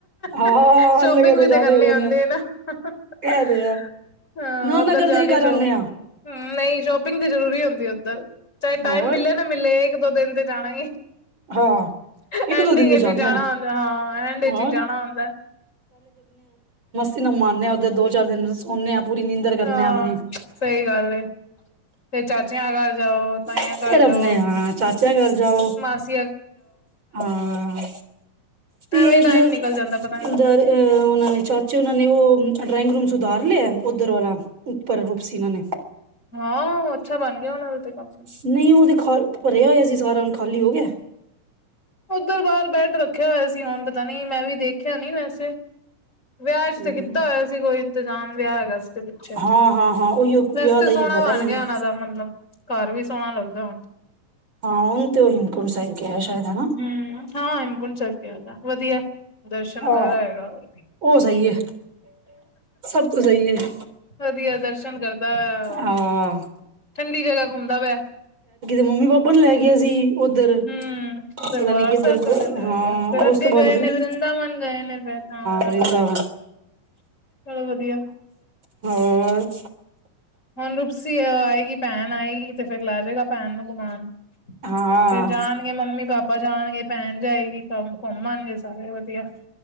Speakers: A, on the right; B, on the left.
A: ਹਾਂ
B: <unintelligible> ਸ਼ੋਪਿੰਗ
A: ਅਨਲਗੇ
B: ਵੀ
A: ਜ਼ਿਆਦਾ
B: ਤੇ ਕਰਨੀ
A: ਹੀ ਹੋ ਜਾਂਦਾ
B: ਹੁੰਦੀ ਹੈ ਨਾ। ਹਾਂ,
A: ਇਹ ਤੇ ਹੈ ਨਾਨਾ
B: ਓਦਰ
A: ਕਰਦੇ
B: ਜਾ
A: ਵੀ
B: ਕੇ
A: ਕਰ
B: ਸ਼ੋਪਿੰਗ
A: ਆਨੇ ਆ
B: ਨਹੀਂ ਸ਼ੋਪਿੰਗ ਤੇ ਜ਼ਰੂਰੀ ਹੁੰਦੀ ਉੱਧਰ। ਚਾਹੇ
A: ਹੋਰ
B: ਟਾਈਮ ਮਿਲੇ ਨਾ ਮਿਲੇ ਇੱਕ, ਦੋ ਦਿਨ ਤੇ ਜਾਣਾ ਏ
A: ਹਾਂ
B: ਐਂਡਿੰਗ
A: ਇੱਕ ਦੋ ਦਿਨ ਤੇ ਜਾਂਦੇ
B: ਚ ਹੀ ਜਾਣਾ
A: ਹਾਂ
B: ਹੁੰਦਾ ਹਾਂ, ਐਂਡ ਵਿਚ
A: ਹੋਰ
B: ਹੀ ਜਾਣਾ ਹੁੰਦਾ।
A: ਤੀ ਮਾਰਦੇ ਆਂ ਉਹਦੇ ਦੋ, ਚਾਰ ਦਿਨ। ਸੋਨੇ ਆ ਪੂਰੀ ਨੀਂਦਰ ਕਰਨੇ
B: ਹਾਂ,
A: ਆ ਆਪਣੀ
B: ਸਹੀ ਗੱਲ ਏ । ਫਿਰ ਚਾਚਿਆਂ ਘਰ ਜਾਓ, ਤਾਈਆਂ
A: ਫੇਰ
B: ਘਰ
A: ਆਪਣੇ
B: ਜਾਓ,
A: ਹਾਂ ਚਾਚਿਆਂ ਘਰ ਜਾਓ
B: ਮਾਸੀ
A: ਹਾਂ, ਤੇ
B: ਐਵੇਂ
A: ਇਹ
B: ਹੀ
A: ਜਿਹੜੇ
B: ਟਾਈਮ ਨਿਕਲ ਜਾਂਦਾ ਪਤਾ ਨੀ ਲੱਗਦਾ।
A: ਇਧਰ ਉਹਨਾਂ ਨੇ ਚਾਚੇ ਉਹਨਾਂ ਨੇ ਉਹ ਡਰਾਇੰਗ ਰੂਮ ਸੁਧਾਰ ਲਿਆ ਉਧਰ ਵਾਲਾ ਉੱਪਰ ਰੂਪਸੀਨਾ ਨੇ।
B: ਹਾਂ, ਅੱਛਾ ਬਣ ਗਿਆ ਉਹਨਾਂ ਦੇ ਤੇ। ਕਾਫੀ।
A: ਨਹੀਂ ਉਹਦੇ ਖ ਭਰਿਆ ਹੋਇਆ ਸੀ ਸਾਰਾ ਹੁਣ ਖਾਲੀ ਹੋ ਗਿਆ।
B: ਉੱਧਰ ਬਾਹਰ ਬੈਡ ਰੱਖਿਆ ਹੋਇਆ ਸੀ ਹੁਣ ਪਤਾ ਨੀ ਮੈਂ ਵੀ ਦੇਖਿਆ ਨੀ ਵੈਸੇ। ਵਿਆਹ ਚ
A: ਹਮ
B: ਤੇ ਕੀਤਾ ਹੋਇਆ ਸੀ ਕੋਈ ਇੰਤਜ਼ਾਮ। ਵਿਆਹ ਹੈਗਾ ਸੀ ਤੇ ਪਿੱਛੇ,
A: ਹਾਂ ਹਾਂ ਹਾਂ ਉਹੀਓ
B: ਵੈਸੇ
A: ਵਿਆਹ
B: ਤਾਂ
A: ਦਾ ਹੀ
B: ਸੋਹਣਾ
A: ਪਤਾ
B: ਬਣ
A: ਮੈਨੂੰ
B: ਗਿਆ ਉਹਨਾਂ ਦਾ ਮਤਲਬ। ਘਰ ਵੀ ਸੋਹਣਾ ਲੱਗਦਾ ਹੁਣ।
A: ਹਾਂ, ਉਣ ਤੇਓ ਹੇਮਕੁੰਟ ਸਾਹਿਬ ਗਿਆ ਸ਼ਾਇਦ ਹਨਾ।
B: ਹੂੰ ਹਾਂ, ਹੇਮਕੁੰਡ ਸਾਹਿਬ। ਜਾਦਾ ਵਧੀਆ। ਦਰਸ਼ਨ
A: ਹਾਂ।
B: ਕਰ ਆਏ ਗਾ। <unintelligible>
A: ਉਹ ਸਹੀ ਹੈ ਸਭ ਤੋਂ ਸਹੀ ਹੈ
B: ਵਧੀਆ-ਵਧੀਆ ਦਰਸ਼ਨ ਕਰਦਾ ਆ
A: ਹਾਂ
B: ਠੰਡੀ ਜਗ੍ਹਾ ਘੁੰਮਦਾ ਪਿਆ।
A: ਮੰਮੀ-ਪਾਪਾ ਨੂੰ ਲੈ ਗਿਆ ਸੀ। ਉਧਰ
B: ਹੂੰ
A: ਪਤਾ
B: ਦਰਬਾਰ
A: ਨਹੀਂ ਕਿਧਰ।
B: ਸਾਹਿਬ ਪਹਿਲੇ ਲੈ
A: ਹਾਂ,
B: ਗਏ ਫੇਰ
A: ਉਸ
B: ਅੱਗੇ
A: ਤੋਂ ਬਾਅਦ
B: ਗਏ
A: ਪਤਾ
B: ਨੇ
A: ਨਹੀਂ
B: ਵਰਿੰਦਾਵਨ ਗਏ ਨੇ ਫੇਰ ਹਾਂ ਅਲੱਗ-ਅਲੱਗ
A: ਵਰਿੰਦਾਵਨ
B: ਚਲੋ ਵਧੀਆ
A: ਹਮ।
B: ਹੁਣ ਰੁਪਸੀ ਆਏਗੀ ਭੈਣ ਆਏਗੀ ਤੇ ਫਿਰ ਲੈ ਜਾਏਗਾ ਭੈਣ ਨੂੰ ਗੁਮਾਉਣ। ਫਿਰ
A: ਹਾਂ
B: ਜਾਣਗੇ ਮੰਮੀ-ਪਾਪਾ ਪਾਪਾਂ ਜਾਣਗੇ, ਪਹਿਣ ਜਾਏਗੀ। ਤਬ ਘੁੰਮ ਆਉਂਣੇ ਸਾਰੇ ਵਧੀਆ।